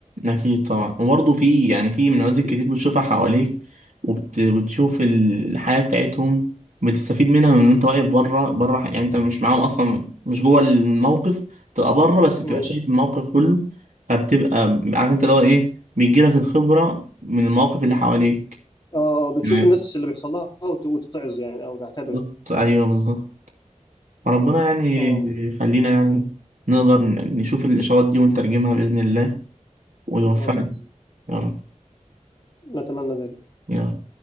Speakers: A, on the right (about 80°); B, on the left (about 35°).
A: أكيد طبعا وبرضه في يعني في نماذج كتير بتشوفها حواليك وبتشوف الحياة بتاعتهم بتستفيد منها من وأنت واقف بره بره يعني أنت مش معاهم أصلا مش جوه الموقف تبقى بره بس بتبقى
B: امم
A: شايف الموقف كله فبتبقى عارف أنت اللي هو إيه بيجيلك الخبرة من المواقف اللي حواليك
B: اه آه، بتشوف
A: تمام.
B: الناس اللي بيحصل لها وت- وتتعظ يعني او تعتبر
A: بالظبط أيوه بالظبط ربنا يعني
B: اه
A: يخلينا يعني نقدر نشوف الإشارات دي ونترجمها بإذن الله ويوفقنا
B: ان شاء الله
A: يا رب
B: نتمنى ذلك
A: يا رب